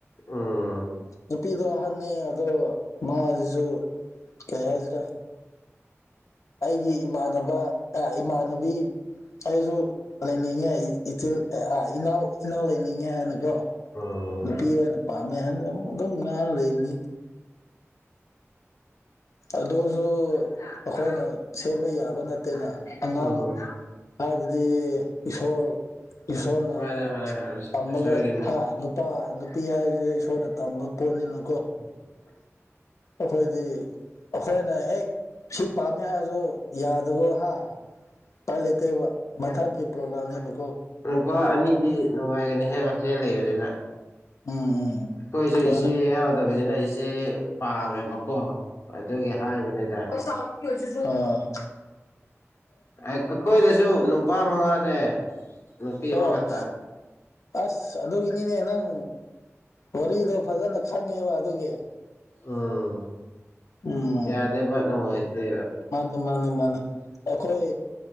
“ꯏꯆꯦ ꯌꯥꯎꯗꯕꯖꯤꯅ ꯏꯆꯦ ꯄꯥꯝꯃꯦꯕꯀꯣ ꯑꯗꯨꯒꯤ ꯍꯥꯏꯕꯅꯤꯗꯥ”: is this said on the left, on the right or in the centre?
Left